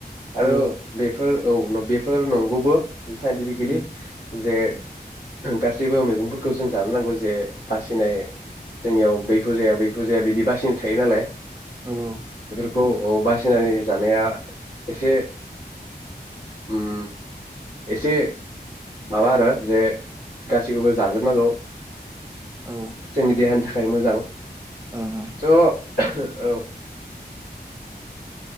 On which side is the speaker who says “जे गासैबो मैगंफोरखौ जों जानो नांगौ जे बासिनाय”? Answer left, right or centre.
Left